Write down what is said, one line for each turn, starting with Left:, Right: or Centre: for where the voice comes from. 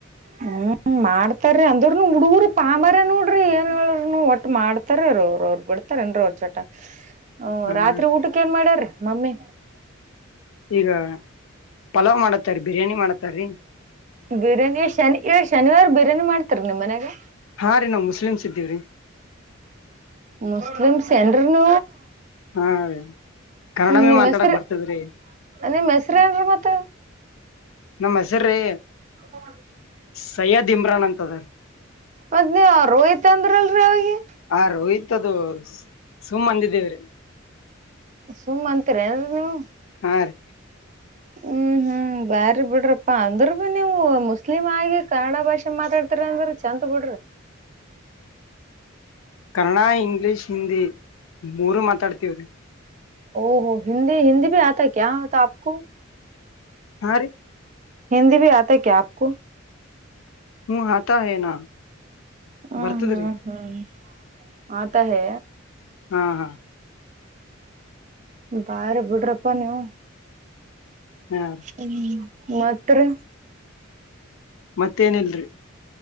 Right: ಹ್ಮ್ ಮಾಡ್ತಾರೀ ಅಂದ್ರನು ಹುಡ್ಗರು ಪಾಂಬಾರ ನೋಡ್ರಿ ಏನ್ ಹೇಳನು ಒಟ್ಟ ಮಾಡ್ತಾರ ಅವ್ರ ಅವರು ಬಿಡ್ತಾರ ಏನ್ರ ಅವ್ರ ಚೋಟ ಹ ರಾತ್ರಿ
Left: ಹಾ ರೀ
Right: ಊಟಕ್ಕೆ ಏನ್ ಮಾಡ್ಯಾರ ಮಮ್ಮಿ
Left: ಈಗ ಪಲಾವ್ ಮಾಡತ್ತಾರ ಬಿರಿ್ಯಾನಿ ಮಾಡತ್ತಾರೀ
Right: ಬಿರಿಯಾನಿ ಎಷ್ಟ ಶನಿ ಏಳ್ ಶನಿವಾರ ಬಿರಿಯಾನಿ ಮಾಡ್ತಾರ ನಿಮ ಮನ್ಯಾಗ
Left: ಹಾ ರೀ ನಾವ್ ಮುಸ್ಲಿಮ್ಸ್ ಇದ್ದೀವ್ರಿ
Right: ಮುಸ್ಲಿಮ್ಸ್ ಎಏನ್ ಹ್ಮ
Left: ಹಾ ರೀ ಕನ್ನಡಮೇ
Right: ನಿಮ್ಮ್
Left: ಮಾತಾಡಕ್
Right: ಹೆಸರು
Left: ಬರ್ತದ್ರಿ
Right: ನಿಮ್ಮ್ ಹೆಸರು ಏನ್ರಿ ಮತ್ತ
Left: ನಮ್ಮ ಹೆಸರೀ
Right: ಹ
Left: ಸೈಯದ್ ಇಮ್ರಾನ್ ಅಂತದರ್
Right: ಮತ್ತ್ ನೀವ ರೋಯ್ತ್ ಅಂದ್ರಲ್ರರಿ ಅವಿಗೆ
Left: ಹಾ ರೋಹಿತ್ ಮತ್ತದು ಸುಮ್ಮ್ ಅಂದಿದ್ದೇವ್ರೀ
Right: ಸುಮ್ಮತ್ರಿಏರಿ <inaudible>
Left: ಹಾ ರೀ
Right: ಹ್ಮ್ ಹ್ಮ್ ಬಾರಿ ಬಿಡ್ರಪ್ಪಾ ಅಂದ್ರ ಬಿ ನೀವು ಮುಸ್ಲಿಮ್ ಆಗಿ ಕನ್ನಡ ಭಾಷೆ ಮಾತಾಡ್ತರಿ ಅಂದ್ರ ಚೆಂದ ಬಿಡ್ರಿ.
Left: ಕನ್ನ ಇಂಗ್ಲಿಷ್, ಹಿಂದಿ ಮೂರು ಮಾತಾಡ್ತವ್ರಿ
Right: ಓಹೋ ಹಿಂದಿ ಹಿಂದಿ ಬಿ ಆತ ಕ್ಯಾ ಹೋತಾ ಆಪು. ಕೂ
Left: ಹಾ ರೀ
Right: ಹಿಂದಿ ಬಿ ಆತ ಕ್ಯಾಬ್ ಕೋ
Left: ಹು ಆತ ಹೆ ನ,
Right: ಹ್ಮ್
Left: ಬರ್ತಿದೆ
Right: ಹ್ಮ್
Left: ರೀ
Right: ಹ್ಮ್ ಆತ ಹೆ
Left: ಹಾ ಹಾ
Right: ಬಾರಿ ಬಿಡ್ರಪ್ಪಾ ನೀವು,
Left: ಹಾ
Right: ಹ್ಮ ಮಾತ್ರಿ
Left: ಮತ್ತೇನಿಲ್ರಿ